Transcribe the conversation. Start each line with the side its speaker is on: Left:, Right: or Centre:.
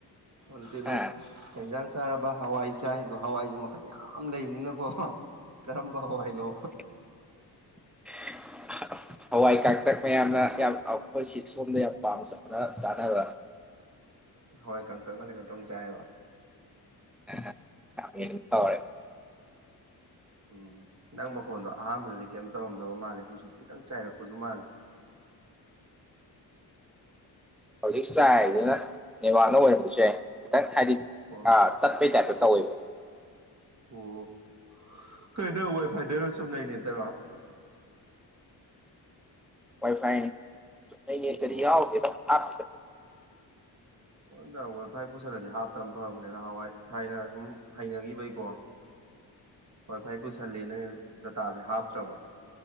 Right: ꯍꯟꯇꯗꯨ
Centre: ꯍꯥ
Right: ꯍꯦꯟꯖꯥꯡ ꯆꯥꯔꯕ ꯍꯋꯥꯏ ꯆꯥꯏ ꯑꯗꯣ ꯍꯋꯥꯏꯁꯦ ꯃꯈꯜ ꯌꯥꯝ ꯂꯩꯕꯅꯤꯅꯀꯣ ꯀꯔꯝꯕ ꯍ ꯍꯥꯏꯅꯣ
Centre: <unintelligible> ꯍꯋꯥꯏ ꯀꯥꯛꯇꯛ ꯃꯌꯥꯝꯅ ꯌꯥꯝ ꯑꯩꯈꯣꯏꯁꯤ ꯁꯣꯝꯗ ꯌꯥꯝ ꯄꯥꯝꯅ ꯆꯥꯅꯕ
Right: ꯍꯣꯏ ꯀꯪꯀꯛꯅ ꯀꯩꯅꯣ ꯇꯧ ꯆꯥꯏꯌꯦꯕ
Centre: ꯦ <unintelligible>
Right: ꯎꯝ ꯅꯪ ꯃꯈꯣꯟꯗꯣ ꯑꯍꯥꯟꯕꯗꯗꯤ ꯀꯩꯝ ꯇꯧꯔꯝꯗꯕ ꯃꯥꯜꯂꯦ ꯍꯧꯖꯤꯛꯇꯤ ꯈꯤꯇꯪ ꯆꯥꯏꯔꯛꯄꯁꯨ ꯃꯥꯜꯂꯦ
Centre: ꯍꯧꯖꯤꯛ ꯆꯥꯏꯗꯨꯅ ꯅꯦꯕꯥꯛꯅ ꯑꯣꯏꯔꯝꯝꯕꯁꯦ ꯈꯤꯇꯪ ꯍꯥꯏꯗꯤ
Right: ꯑꯣ
Centre: ꯑꯥ ꯇꯠꯄꯩ ꯇꯥꯏꯞꯇ ꯇꯧꯋꯏꯕ
Right: ꯑꯣ ꯀꯩꯗ ꯋꯦꯐꯥꯏꯗꯔ ꯁꯨꯝ ꯂꯩ ꯅꯠꯇꯔꯣ
Centre: ꯋꯥꯏ ꯐꯥꯏ ꯅ ꯅ
Right: ꯑꯣ
Centre: ꯀꯔꯤ ꯌꯥꯎ
Right: ꯑꯗꯨ
Centre: ꯍꯥ
Right: ꯂꯣꯏ ꯇꯧꯔꯒ ꯐꯥꯏ ꯄꯨꯁꯤꯜꯂꯗꯤ ꯍꯥꯞꯇꯕ ꯐꯕꯅꯤꯅ ꯅꯍꯥꯟꯋꯥꯏ ꯊꯥꯏꯅ ꯁꯨꯝ ꯍꯩꯅꯈꯤꯕꯩꯀꯣ ꯋꯥꯏꯐꯥꯏ ꯄꯨꯁꯜꯂꯦꯅ ꯗꯇꯥꯁꯦ ꯍꯥꯞꯇ꯭ꯔꯕ